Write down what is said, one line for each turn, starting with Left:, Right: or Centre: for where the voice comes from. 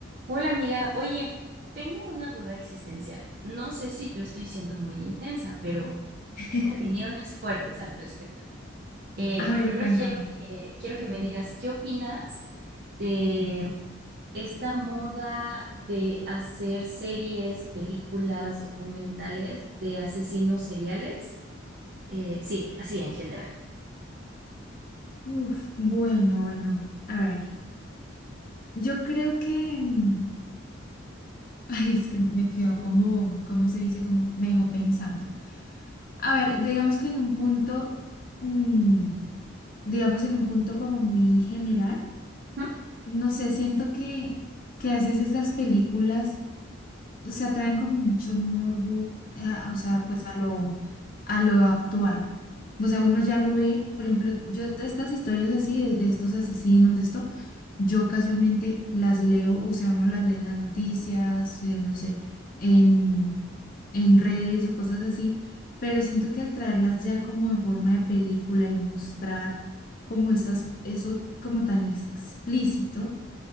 Right: Hola amiga, oye, tengo una duda existencial. No sé si yo estoy siendo muy intensa, pero
Left: <laughs>
Right: tengo opiniones fuertes al respecto. Eh,
Left: A
Right: pero
Left: ver,
Right: primero
Left: cuéntame.
Right: quiero que, quiero que me digas, ¿qué opinas de esta moda de hacer series, películas, documentales de asesinos seriales? Eh, sí, así en general.
Left: Uf, bueno, bueno. A ver, yo creo que... mm, <laughs> Ay, es que me quedó como, ¿cómo se dice? Como me dejó pensando. A ver, digamos que en un punto, mm, digamos en un punto como muy general,
Right: Ujú.
Left: no sé, siento que, que a veces esas películas, o sea, traen como mucho morbo, ah, o sea, pues a lo, a lo actual. O sea, uno ya lo ve, por ejemplo, yo estas historias así de, de estos asesinos, de esto. Yo casualmente las leo, o sea, uno las lee en las noticias, eh, no sé, en, en redes o cosas así, pero siento que al traerlas ya como a forma de película y mostrar como esas, eso como tan explícito,